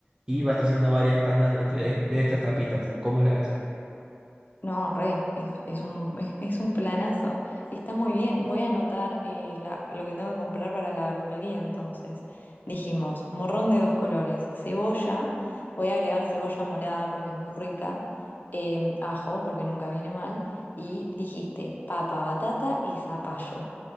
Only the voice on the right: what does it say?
y vas haciendo varias tandas de, este- de- de estas tapitas. ¿Cómo la ves?